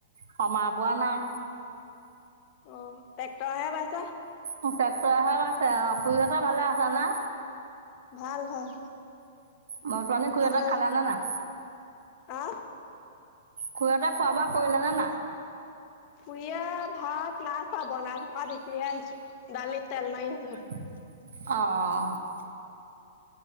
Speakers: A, on the right; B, on the left.
A: সমা বোৱা নাই।
B: অ' ট্ৰেক্টৰেহে বাইছে।
A: ট্ৰেক্টৰেহে বাইছে, আৰু খুৰীহঁতে ভালে আছেনে?
B: ভাল ভাল।
A: মদ পানী খুৰীহঁতে
B: আপোনাৰ
A: খালেনে নাই?
B: আহ?
A: খুৰীহঁতে খোৱা বোৱা কৰিলে নে নাই?
B: খুৰীয়ে ভাত নাই খোৱা, বনাই থকা দেখিহে আহিছোঁ, দালিত তেল মাৰি আছ
A: অ', অ'।